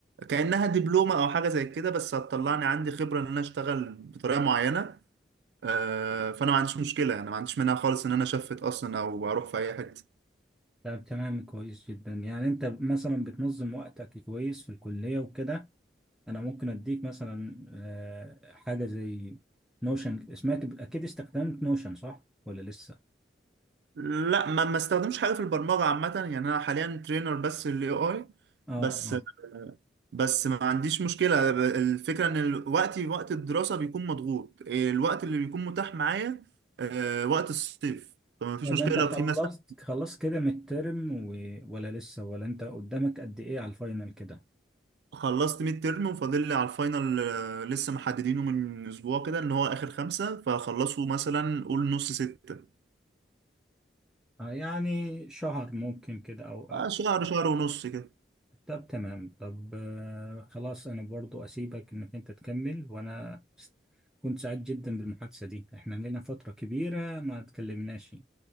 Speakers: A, on the right; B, in the centre.
A: كانها دبلومه او حاجه زي كده بس هتطلعني عندي خبره ان انا اشتغل بطريقه معينه آه، فانا ما عنديش مشكله انا ما عنديش منها خالص ان انا شفت اصلا او اروح في اي حته
B: طب تمام كويس جدا يعني انت مثلا بتنظم وقتك كويس في الكلية وكده انا ممكن اديك مثلا آه، حاجة زي نوشن سمعت ب- اكيد استخدمت نوشن صح ولا لسه
A: لا ما ما استخدمش حاجه في البرمجه عامه يعني انا حاليا ترينر بس للاي اي
B: اه
A: بس
B: اه
A: بس ما عنديش مشكله الفكره ان ال- وقتي وقت الدراسه بيكون مضغوط الوقت اللي بيكون متاح معايا آه، وقت الصيف فما فيش
B: طب
A: مشكله
B: انت
A: لو
B: خلصت
A: في مثلا
B: خلصت كده من الترم و... ولا لسه ولا انت قدامك قد ايه على الفاينل كده
A: خلصت ميد ترم وفاضل لي على الفاينل آه، لسه محددينه من اسبوع كده ان هو اخر خمسة فخلصوا مثلا قول نص ستة
B: آه يعني شهر ممكن كده او اقل
A: آه، شهر شهر ونص كده
B: طب تمام طب آه، خلاص انا برضو اسيبك انك انت تكمل وانا است- كنت سعيد جدا بالمحادثة دي احنا لنا فترة كبيرة ما تكلمناش